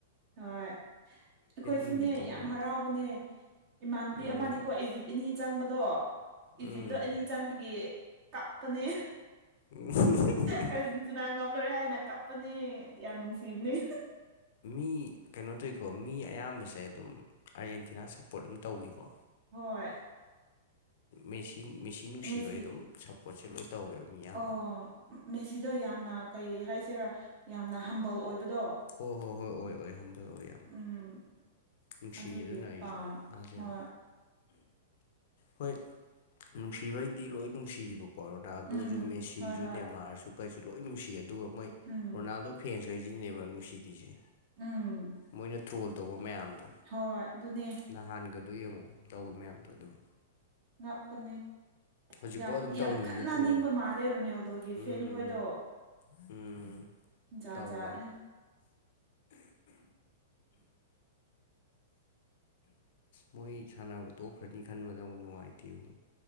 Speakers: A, on the right; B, on the left.
A: ꯍꯣꯏ ꯑꯩꯈꯣꯏꯁꯨꯅꯦ
B: ꯅꯨꯃꯤꯠꯇꯨ ꯕꯣꯜ
A: ꯌꯥꯝ ꯍꯔꯥꯎꯕꯅꯦ ꯏꯃꯥꯟꯕꯤ
B: ꯎꯝ
A: ꯑꯃꯗꯤꯀꯣ ꯏꯖꯤꯞ ꯏꯅꯤ ꯆꯪꯕꯗꯣ ꯏꯖꯤꯞꯇꯣ
B: ꯎꯝ
A: ꯏꯅꯤ ꯆꯪꯕꯒꯤ ꯀꯞꯄꯅꯦ
B: ꯎ
A: ꯑꯔꯖꯦꯟꯇꯤꯅꯥ ꯉꯝꯂꯔꯦ ꯍꯥꯏꯅ ꯀꯞꯄꯅꯤ ꯌꯥꯝ ꯅꯨꯡꯁꯤꯕꯅꯤ
B: ꯃꯤ ꯀꯩꯅꯣ ꯇꯧꯋꯀꯣ ꯃꯤ ꯑꯌꯥꯝꯕꯁꯦ ꯑꯗꯨꯝ ꯑꯥꯔꯖꯦꯟꯇꯤꯅꯥ ꯁꯞꯄꯣꯔꯠ ꯑꯗꯨꯝ ꯇꯧꯋꯀꯣ
A: ꯍꯣꯏ
B: ꯃꯦꯆꯤꯟ ꯃꯦꯆꯤꯟ ꯅꯨꯡꯁꯤꯕꯩ
A: ꯃꯦꯁꯤ
B: ꯑꯗꯨꯝ ꯁꯞꯄꯣꯔꯠꯁꯦ ꯂꯣꯏ ꯇꯧꯋꯦꯕ ꯃꯤ ꯑꯌꯥꯝꯕꯅ
A: ꯑꯣ ꯃꯦꯁꯤꯗꯣ ꯌꯥꯝꯅ ꯀꯩ ꯍꯥꯏꯁꯤꯔꯥ ꯌꯥꯝꯅ ꯍꯝꯕꯜ ꯑꯣꯏꯕꯗꯣ
B: ꯍꯣꯏ ꯍꯣ ꯍꯣꯏ ꯍꯣꯏ ꯑꯣꯏ ꯍꯝꯕꯤꯔꯛꯑꯣ ꯌꯥꯝ
A: ꯎꯝ
B: ꯅꯨꯡꯁꯤꯗꯨꯅ
A: ꯑꯗꯨꯒꯤ
B: ꯑꯩꯁꯨ
A: ꯄꯥꯝ
B: ꯃꯥꯁꯦ
A: ꯍꯣꯏ
B: ꯌꯥꯝ ꯍꯣꯏ ꯅꯨꯡꯁꯤꯕꯩꯗꯤ ꯂꯣꯏ ꯅꯨꯡꯁꯤ ꯅꯨꯡꯁꯤꯕ ꯀꯣꯔꯣꯅꯥꯗꯣꯁꯨ
A: ꯎꯝ
B: ꯃꯦꯁꯤꯁꯨ
A: ꯍꯣꯏ ꯍꯣꯏ
B: ꯅꯦꯃꯥꯔꯁꯨ ꯀꯩꯁꯨ ꯂꯣꯏ ꯅꯨꯡꯁꯤ ꯑꯗꯨꯒ ꯃꯣꯏ
A: ꯎꯝ
B: ꯔꯣꯅꯥꯜꯗꯣ ꯐꯦꯟꯁꯈꯩꯁꯤꯅꯦꯕ ꯅꯨꯡꯁꯤꯕꯤꯁꯦ
A: ꯎꯝ
B: ꯃꯣꯏꯅ ꯇ꯭ꯔꯣꯜ ꯇꯧꯕ ꯃꯌꯥꯝꯗꯣ
A: ꯍꯣꯏ ꯑꯗꯨꯅꯦ
B: ꯅꯍꯥꯟꯒꯗꯣ ꯌꯦꯡꯉꯣ ꯇꯧꯋ ꯃꯌꯥꯝꯗꯣ ꯑꯗꯨꯝ
A: ꯉꯥꯛꯇꯅꯦ
B: ꯍꯧꯖꯤꯛꯐꯥꯎ
A: ꯌꯥꯝ
B: ꯑꯗꯨꯝ ꯇꯧꯔꯤꯕꯅꯤ
A: ꯌꯥꯝ ꯈꯠꯅ
B: ꯇ꯭ꯔꯣꯜꯗꯣ
A: ꯅꯤꯡꯕ ꯃꯥꯜꯂꯦ ꯔꯣꯅꯦꯜꯗꯣꯒꯤ
B: ꯎꯝ
A: ꯐꯦꯟꯈꯣꯏꯗꯣ
B: ꯎꯝ
A: ꯖꯥꯠ
B: ꯇꯧꯕꯅꯤ
A: ꯖꯥꯠꯅꯤ
B: ꯃꯣꯏ ꯁꯥꯟꯅꯕ ꯇꯣꯛꯈ꯭ꯔꯅꯤ ꯈꯟꯕꯗ ꯑꯃ ꯅꯨꯡꯉꯥꯏꯇꯦꯕ